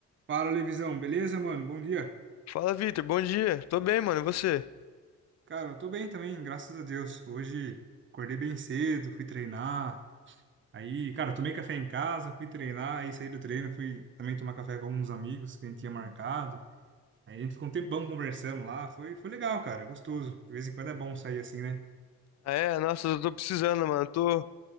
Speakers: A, on the right (about 40°); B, on the left (about 60°).
A: Fala, Levisão, beleza, mano? Bom dia.
B: Fala, Vitor. Bom dia. Tô bem, mano. E você?
A: Cara, eu tô bem também, graças a Deus. Hoje acordei bem cedo, fui treinar. Aí, cara, tomei café em casa, fui treinar, aí saí do treino, fui também tomar café com alguns amigos que a gente tinha marcado. Aí a gente ficou um tempão conversando lá, foi, foi legal, cara, gostoso. De vez em quando é bom sair assim, né?
B: Ah, é? Nossa, eu tô precisando, mano. Tô...